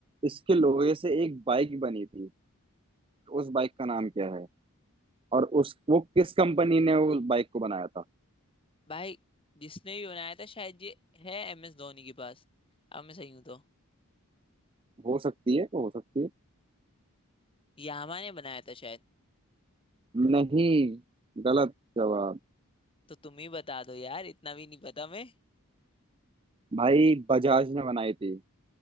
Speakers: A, on the right; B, on the left.
A: इसके लोहे से एक बाइक बनी थी तो उस बाइक का नाम क्या है और उस वो किस कंपनी ने उस बाइक को बनाया था
B: भाई जिसने भी बनाया था शायद ये है एम एस धोनी के पास अब मैं सही हूं तो
A: हो सकती है हो सकती है
B: यामा ने बनाया था शायद
A: नहीं गलत जवाब
B: तो तुम ही बता दो यार इतना भी नहीं पता मैं
A: भाई बजाज ने बनाई थी